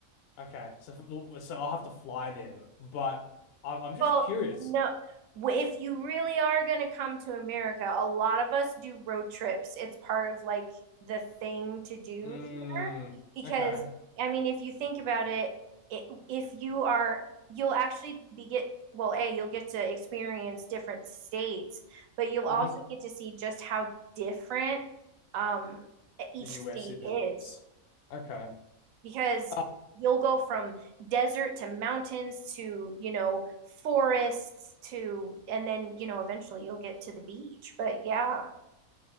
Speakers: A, on the left (about 65°); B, on the right (about 75°).
A: Okay, so well, so I'll have to fly then. But I'm I'm just
B: Well,
A: curious.
B: no. w- If you really are going to come to America, a lot of us do road trips. It's part of like the thing to do
A: Mm,
B: here because
A: okay.
B: I mean, if you think about it, it if you are you'll actually be get well, A, you'll get to experience different states, but you'll also
A: hmm
B: get to see just how different um each
A: The
B: state
A: US is
B: is
A: okay.
B: because
A: Uh,
B: you'll go from desert to mountains to, you know, forests to, and then, you know, eventually you'll get to the beach. But yeah,